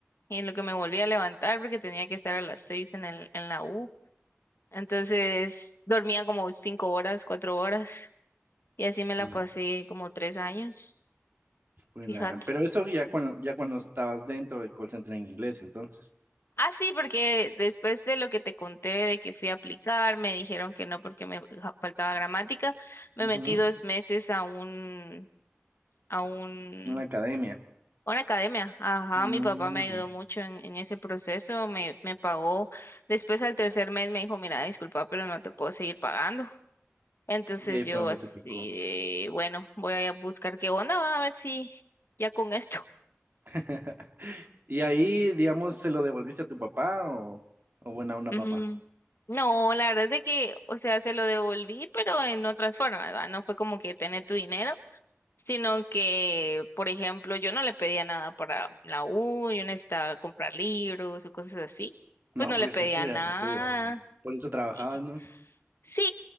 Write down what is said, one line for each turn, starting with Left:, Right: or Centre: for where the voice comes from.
Left: y en lo que me volvía a levantar porque tenía que estar a las seis en el, en la U. Entonces dormía como cinco horas, cuatro horas y así me la
Right: Mm,
Left: pasé como tres años,
Right: pues
Left: fíjate.
Right: la gran- Pero eso ya cuando, ya cuando estabas dentro del call center en inglés, entonces.
Left: Ah, sí, porque después de lo que te conté de que fui a aplicar, me dijeron que no porque me ja- faltaba gramática, me
Right: Ujú,
Left: metí dos meses a un, a un
Right: Una academia.
Left: Una academia, ajá,
Right: Mm,
Left: mi papá me ayudó
Right: ya.
Left: mucho en, en ese proceso, me, me pagó. Después al tercer mes me dijo, mira, disculpa, pero no te puedo seguir pagando. Entonces
Right: Y ahí
Left: yo
Right: fue donde
Left: así,
Right: te tocó.
Left: de, bueno, voy a buscar qué onda, va a ver si ya con esto.
Right: <laughs> Y ahí, digamos, se lo devolviste a tu papá o, o buena
Left: <laughs>
Right: onda,
Left: Ujú.
Right: papá.
Left: No, la verdad es de que, o sea, se lo devolví, pero en otras formas, ¿verdad? No fue como que tener tu dinero, sino que, por ejemplo, yo no le pedía nada para la U, yo necesitaba comprar libros o cosas así
Right: No,
Left: pues no
Right: pues
Left: le pedía
Right: eso ya
Left: nada,
Right: es tuyo. ¿no? Por eso trabajabas,
Left: Y-
Right: ¿no?
Left: sí,